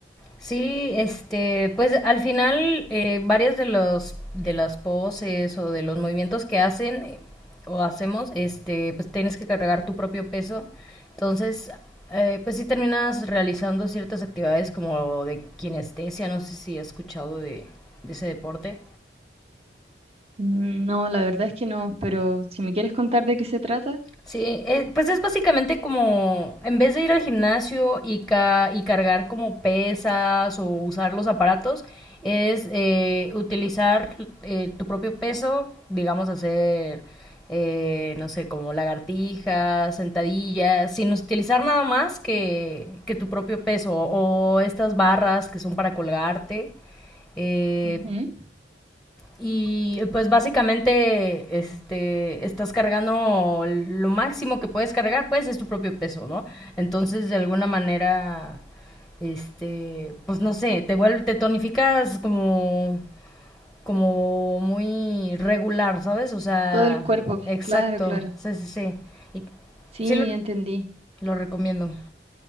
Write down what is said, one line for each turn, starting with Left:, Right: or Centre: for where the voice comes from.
Centre: Sí, este, pues al final eh, varias de los de las poses o de los movimientos que hacen eh, o hacemos, este, pues tienes que cargar tu propio peso. Entonces, eh, pues sí terminas realizando ciertas actividades como de kinestesia, no sé si has escuchado de, de ese deporte.
Right: Mm, No, la verdad es que no, pero si me quieres contar de qué se trata,
Centre: Sí, eh, pues es básicamente como, en vez de ir al gimnasio y, ca- y cargar como pesas o usar los aparatos, es eh, utilizar eh, tu propio peso, digamos hacer, eh, no sé, como lagartijas, sentadillas, sin utilizar nada más que, que tu propio peso o estas barras que son para colgarte. Eh,
Right: Ujú.
Centre: y pues básicamente este, estás cargando lo máximo que puedes cargar, pues es tu propio peso, ¿no? Entonces de alguna manera, este, pues no sé, te, vuelve, te tonificas como, como muy regular, ¿sabes? O sea,
Right: todo el cuerpo,
Centre: exacto,
Right: claro, claro.
Centre: sí, sí, sí. Y
Right: Sí,
Centre: sí lo,
Right: entendí.
Centre: lo recomiendo,